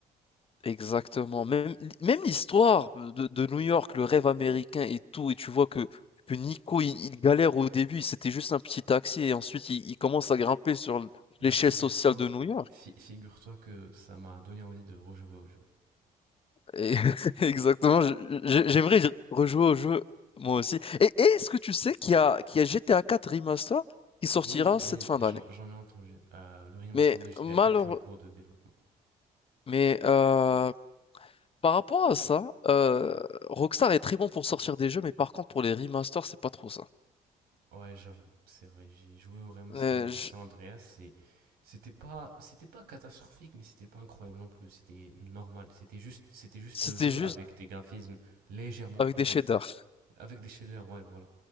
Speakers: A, on the left; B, on the right.
A: exactement. Même, même l'histoire de, de New York, le rêve américain et tout, et tu vois que, que Nico, il, il galère au début, c'était juste un petit taxi, et ensuite il, il commence à grimper sur
B: Bah
A: l'échelle
B: figure-toi,
A: sociale de New York.
B: fi- figure-toi que ça m'a donné envie de rejouer au jeu.
A: Et <laughs> exactement, je je j'aimerais y rejouer au jeu, moi aussi. Et et est-ce que tu sais qu'il y a qu'il y a GTA 4 Remaster qui sortira
B: Oui,
A: cette
B: oui,
A: fin
B: j'en
A: d'année?
B: j'en ai entendu. Euh, le remaster
A: Mais
B: de GTA
A: malheureux,
B: 4 est en cours de développement.
A: mais euh, par rapport à ça, euh, Rockstar est très bon pour sortir des jeux, mais par contre pour les remasters, c'est pas trop ça.
B: Ouais, j'avoue, c'est vrai. J'ai joué au remaster
A: Euh,
B: de
A: je-
B: San Andreas et c'était pas, c'était pas catastrophique, mais c'était pas incroyable non plus. C'était normal. C'était juste, c'était juste
A: C'était
B: le jeu
A: juste
B: avec des graphismes légèrement
A: avec
B: plus
A: des
B: beaux.
A: shaders.
B: Avec des shaders, ouais, voilà.